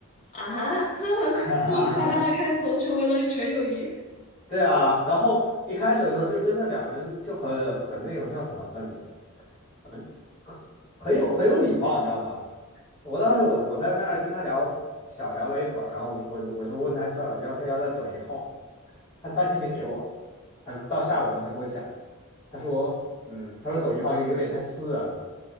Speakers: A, on the left; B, in the centre.
A: 啊，这么这么夸张的开头，
B: <laughs> 哈哈哈，
A: 成为了纯友谊。
B: 对啊，然后一开始的时候就真的两个人就很很那种叫什么，很很很有很有礼貌，你知道吗？我当时我的我在那儿跟他聊，小聊了一会儿，然后我我就问他叫要他要他抖音号，他半天没给我，他到下午了他给我讲，他说嗯，他说抖音号有有点太私人了，